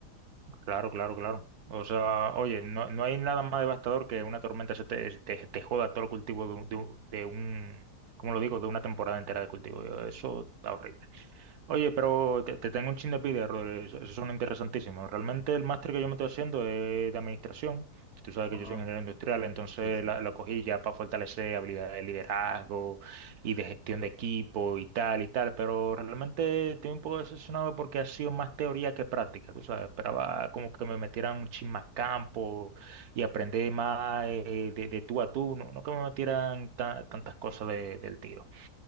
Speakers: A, on the right; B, on the left.
A: Claro, claro, claro. O sea, oye, no, no hay nada más devastador que una tormenta se te, te, te joda todo el cultivo de un, de un, de un- ¿cómo lo digo? De una temporada entera de cultivo. Eso está horrible. Oye, pero te, te tengo un chin de envidia, Rodri. es- Esos son interesantísimos. Realmente el máster que yo me estoy haciendo es de administración. Tú sabes
B: Ajá,
A: que yo soy ingeniero industrial, entonces
B: sí, sí.
A: la- lo cogí ya para fortalecer habilidades de liderazgo y de gestión de equipo y tal y tal. Pero realmente estoy un poco decepcionado porque ha sido más teoría que práctica. Tú sabes, esperaba como que me metieran un chin más campo y aprender más eh, de, de tú a tú, no, no que me metieran ta- tantas cosas de- del tiro.